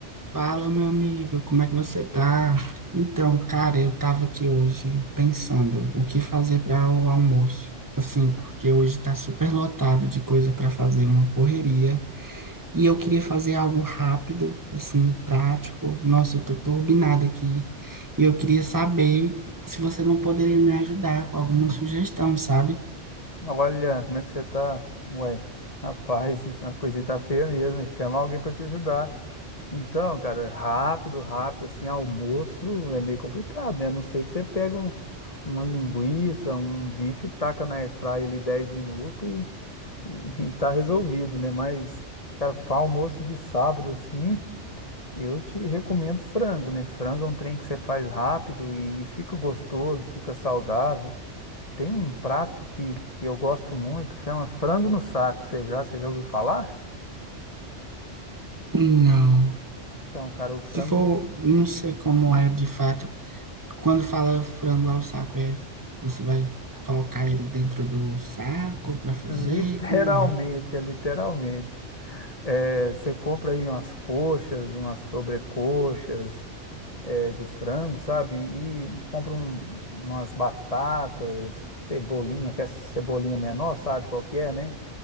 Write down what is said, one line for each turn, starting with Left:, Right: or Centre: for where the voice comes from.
Right: Fala, meu amigo, como é que você tá? Então, cara, eu tava aqui hoje pensando o que fazer para o almoço. Assim, porque hoje tá super lotado de coisa para fazer, uma correria. E eu queria fazer algo rápido, assim, prático. Nossa, eu tô turbinada aqui. E eu queria saber se você não poderia me ajudar com alguma sugestão, sabe?
Left: Olha, como é que você tá? Ué, rapaz, <laughs> a coisa tá feia mesmo. hein? Chama alguém pra te ajudar. Então, cara, rápido, rápido, assim, almoço é meio complicado, né? A não ser que você pega um, uma linguiça, um bife, taca na airfryer ali 10 minutos e, e, e tá resolvido, né? Mas, cara, para almoço de sábado, assim, eu te recomendo frango, né? Frango é um trem que você faz rápido e, e fica gostoso, fica saudável. Tem um prato que, que eu gosto muito, que chama frango no saco. Você já, você já ouviu falar?
Right: Não.
Left: Então, cara, o frango
Right: Se for,
Left: no...
Right: não sei como é de fato. Quando fala frango ao saco, é, você vai colocar ele dentro do saco para fazer?
Left: Literalmente,
Right: Como é?
Left: é literalmente. É, você compra aí umas coxas, umas sobrecoxas é, de frango, sabe? E compra um- umas batatas, cebolinha, que é cebolinha menor, sabe qual que é, né?